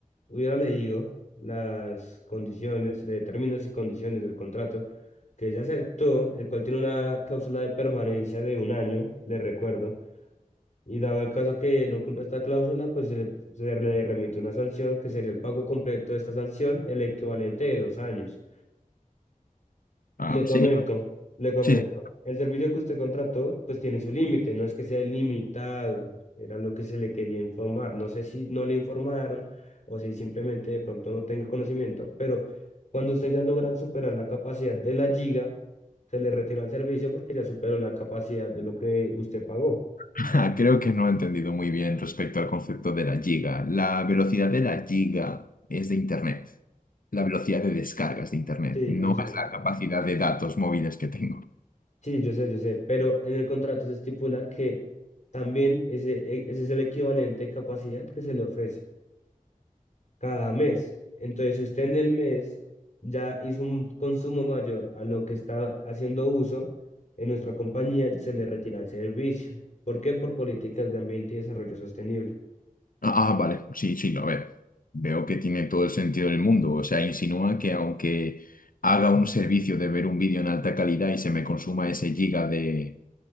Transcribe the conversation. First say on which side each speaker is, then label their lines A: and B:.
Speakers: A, on the left (about 55°); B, on the left (about 80°).
A: hubiera leído las condiciones, de términos y condiciones del contrato que ya aceptó, el cual tiene una cláusula de permanencia de un año, le recuerdo, y dado el caso que no cumpla esta cláusula, pues se le, se le remite una sanción que sería el pago completo de esta sanción, el equivalente de dos años.
B: Am,
A: Le comento,
B: sí,
A: le comento.
B: sí,
A: El servicio que usted contrató, pues tiene su límite, no es que sea limitado, era lo que se le quería informar. No sé si no le informaron o si simplemente de pronto no tenga conocimiento, pero cuando usted ya logra superar la capacidad de la giga, se le retira el servicio porque ya superó la capacidad de lo que usted pagó.
B: <laughs> creo que no he entendido muy bien respecto al concepto de la giga. La velocidad de la giga es de internet. La velocidad de descargas de internet,
A: Sí,
B: no
A: yo sé,
B: es la capacidad de datos móviles que tengo.
A: sí, yo sé, yo sé, pero en el contrato se estipula que también ese, e- ese es el equivalente de capacidad que se le ofrece. cada mes. Entonces, si usted en el mes ya hizo un consumo mayor a lo que está haciendo uso, en nuestra compañía se le retira el servicio. ¿Por qué? Por políticas de ambiente y desarrollo sostenible.
B: Ah, ah, vale, sí, sí, no, a ver, veo que tiene todo el sentido del mundo. O sea, insinúa que aunque haga un servicio de ver un vídeo en alta calidad y se me consuma ese giga de